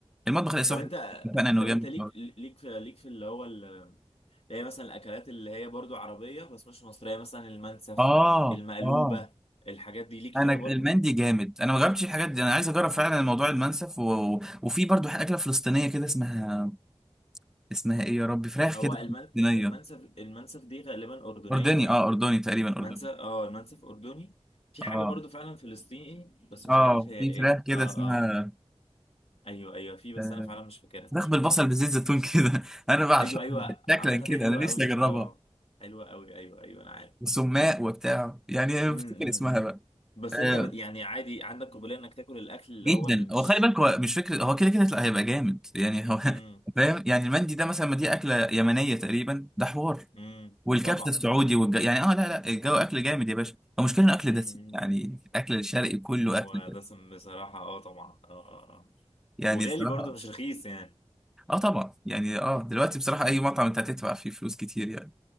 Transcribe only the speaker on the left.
طب انت
طب
انت ليك ليك في ليك في اللي هو ال- هي مثلا الاكلات اللي هي برضو عربية بس مش مصرية مثلا المنسف
المقلوبة
الحاجات دي ليك
فيها
برضو
هو
المن...
المنسف المنسف دي غالبا أردنية
باين
المنسف
اه المنسف أردني في
حاجة برضو فعلا فلسطيني بس مش
عارف هي
ايه
اه آه.
ايوه ايوه في بس
انا فعلا مش فاكرها
مش
فاكرها
ايوه ايوه
عامه
حلوه
قوي
اه حلوه قوي ايوه ايوه انا عارف
امم
امم
إمم.
بس انت
بت... يعني عادي عندك قابليه انك تاكل الاكل اللي
هو اللي مش
امم
امم
طبعا
امم
إمم.
هو
دسم بصراحه اه طبعا اه اه اه
وغالي
برضه مش رخيص يعني